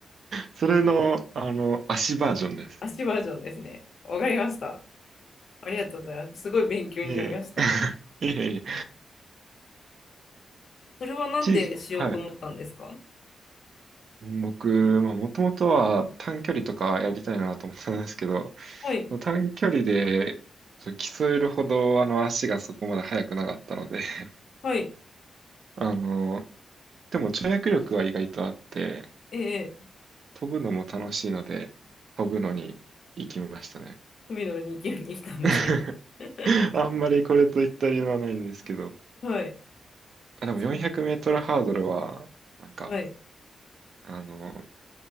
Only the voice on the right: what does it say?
それの、あの、足バージョンです。
いえいえ、<laughs> いえいえ、
小さ、はい。僕、まあ、もともとは短距離とかやりたいなと思ってたんですけど、
短距離でそう競えるほどあの足がそこまで速くなかったので、<laughs>
あの、でも跳躍力は意外とあって、
飛ぶのも楽しいので、飛ぶのに行きましたね。
<laughs>
あんまりこれといった理由はないんですけど、
あ、でも400メートルハードルは、
なんか、
あの、